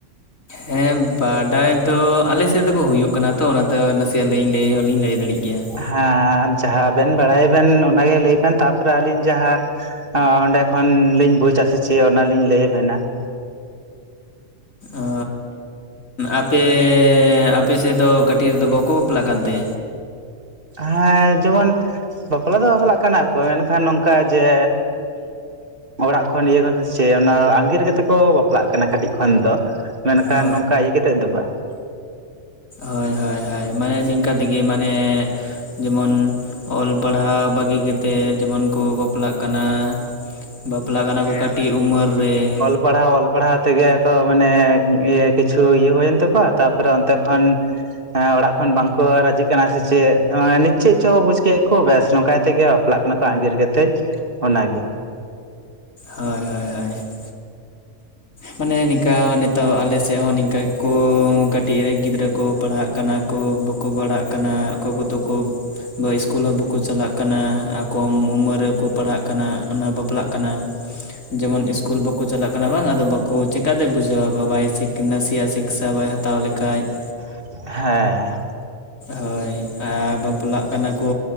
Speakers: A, on the left (about 85°); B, on the right (about 45°).
A: ᱦᱮᱸ ᱵᱟᱰᱟᱭ ᱫᱚ ᱟᱞᱮᱥᱮᱫ ᱫᱚᱠᱚ ᱦᱩᱭᱩᱜ ᱠᱟᱱᱟ ᱛᱚ ᱚᱱᱟᱛᱮ ᱱᱟᱥᱮᱭᱟᱜ ᱞᱟᱹᱭ ᱦᱚᱞᱤᱧ ᱞᱟᱹᱭ ᱫᱟᱲᱮᱭᱟᱜ ᱜᱮᱭᱟ ᱾
B: ᱦᱮᱸ ᱡᱟᱦᱟᱸ ᱟᱵᱮᱱ ᱵᱟᱲᱟᱭ ᱟᱵᱮᱱ ᱚᱱᱟᱜᱮ ᱞᱟᱹᱭ ᱵᱮᱱ ᱛᱟᱯᱚᱨᱮ ᱟᱹᱞᱤᱧ ᱡᱟᱦᱟᱸ ᱚᱸᱰᱮ ᱠᱷᱚᱱ ᱞᱤᱧ ᱵᱩᱡ ᱟᱥᱮ ᱪᱮᱫ ᱚᱱᱟᱞᱤᱧ ᱞᱟᱹᱭ ᱟᱵᱮᱱᱟ ᱾
A: ᱚ ᱟᱯᱮ ᱟᱯᱮ ᱥᱮᱫ ᱫᱚ ᱠᱟᱹᱴᱤᱡ ᱨᱮᱫᱚ ᱵᱟᱠᱚ ᱵᱟᱯᱞᱟᱜ ᱠᱟᱱᱛᱮ?
B: ᱦᱮᱸ ᱡᱮᱢᱚᱱ ᱵᱟᱯᱞᱟ ᱫᱚ ᱵᱟᱯᱞᱟᱜ ᱠᱟᱱᱟ ᱠᱚ ᱠᱚ ᱢᱮᱱᱠᱷᱟᱱ ᱱᱚᱝᱠᱟ ᱡᱮ ᱚᱲᱟᱜ ᱠᱷᱚᱱ ᱤᱭᱟᱹ ᱠᱟᱛᱮ ᱥᱮ ᱪᱮᱫ ᱚᱱᱟ ᱟᱸᱜᱤᱨ ᱠᱟᱛᱮ ᱠᱚ ᱵᱟᱯᱞᱟᱜ ᱠᱟᱱᱟ ᱠᱟᱹᱴᱤᱡ ᱠᱷᱚᱱ ᱫᱚ ᱾ ᱢᱮᱱᱠᱷᱟᱱ
A: ᱚ
B: ᱱᱚᱝᱠᱟ ᱤᱭᱟᱹ ᱠᱟᱛᱮᱫ ᱫᱚ ᱵᱟᱝ ᱾
A: ᱦᱳᱭ ᱦᱳᱭ ᱦᱳᱭ ᱢᱟᱱᱮ ᱱᱤᱝᱠᱟ ᱛᱮᱜᱮ ᱢᱟᱱᱮ ᱡᱮᱢᱚᱱ ᱚᱞ ᱯᱟᱲᱦᱟᱣ ᱵᱟᱹᱜᱤ ᱠᱟᱛᱮᱫ ᱡᱮᱢᱚᱱ ᱠᱚ ᱵᱟᱯᱞᱟᱜ ᱠᱟᱱᱟ ᱾ ᱵᱟᱯᱞᱟᱜ ᱠᱟᱱᱟ ᱠᱚ ᱠᱟᱹᱴᱤᱡ ᱩᱢᱟᱨ ᱨᱮ ᱾
B: ᱚ ᱯᱟᱲᱦᱟᱣ ᱚᱞ ᱯᱟᱲᱦᱟᱣ ᱛᱮᱜᱮ ᱛᱚ ᱢᱟᱱᱮᱤᱭᱟᱹ ᱠᱤᱪᱷᱩ ᱤᱭᱟᱹ ᱦᱩᱭᱮᱱ ᱛᱟᱠᱚᱣᱟ ᱛᱟᱨᱯᱚᱨᱮ ᱚᱱᱛᱮ ᱠᱷᱚᱱ ᱦᱮᱸ ᱚᱲᱟᱜ ᱠᱷᱚᱱ ᱵᱟᱝᱠᱚ ᱨᱟᱹᱡᱤᱜ ᱠᱟᱱᱟ ᱥᱮ ᱪᱮᱫ ᱢᱟᱱᱮ ᱪᱮᱫ ᱪᱚᱝ ᱵᱩᱡ ᱠᱮᱫ ᱠᱚ ᱵᱮᱥ ᱱᱚᱝᱠᱟ ᱠᱟᱛᱮᱜ ᱜᱮ ᱵᱟᱯᱞᱟᱜ ᱠᱟᱱᱟ ᱠᱚ ᱟᱸᱜᱤᱨ ᱠᱟᱛᱮᱫ ᱾ ᱚᱱᱟᱜᱮ ᱾
A: ᱦᱳᱭ ᱦᱳᱭ ᱦᱳᱭ ᱾ ᱢᱟᱱᱮ ᱱᱤᱝᱠᱟ ᱱᱮᱛᱚᱜ ᱟᱞᱮᱥᱮᱫ ᱦᱚᱸ ᱱᱤᱝᱠᱟ ᱜᱮᱠᱚ ᱠᱟᱹᱴᱤᱡ ᱨᱮ ᱜᱤᱫᱽᱨᱟᱹ ᱠᱚ ᱯᱟᱲᱦᱟᱜ ᱠᱟᱱᱟ ᱠᱚ ᱵᱟᱠᱚ ᱯᱟᱲᱟᱜ ᱠᱟᱱᱟ ᱚᱠᱚᱭ ᱠᱚᱫᱚ ᱠᱚ ᱾ ᱵᱟ ᱤᱥᱠᱩᱞ ᱦᱚᱸ ᱵᱟᱠᱚ ᱪᱟᱞᱟᱜ ᱠᱟᱱᱟ ᱟᱨ ᱠᱚᱢ ᱩᱢᱮᱨ ᱠᱚ ᱯᱟᱲᱦᱟᱜ ᱠᱟᱱᱟ ᱚᱱᱟ ᱵᱟᱯᱞᱟᱜ ᱠᱟᱱᱟ ᱡᱮᱢᱚᱱ ᱤᱥᱠᱩᱞ ᱵᱟᱠᱚ ᱪᱟᱞᱟᱜ ᱠᱟᱱᱟ ᱵᱟᱝ ᱟᱫᱚ ᱠᱚ ᱪᱮᱠᱟᱛᱮᱭ ᱵᱩᱡᱷᱟᱹᱣᱟ ᱵᱟᱭ ᱥᱤᱠᱥᱟᱹ ᱥᱤᱟ ᱥᱤᱠᱥᱟ ᱵᱟᱭ ᱦᱟᱛᱟᱣ ᱞᱮᱠᱦᱟᱡ ᱾
B: ᱦᱮᱸ ᱾
A: ᱦᱳᱭ ᱟᱨ ᱵᱟᱯᱞᱟᱜ ᱠᱟᱱᱟᱠᱚ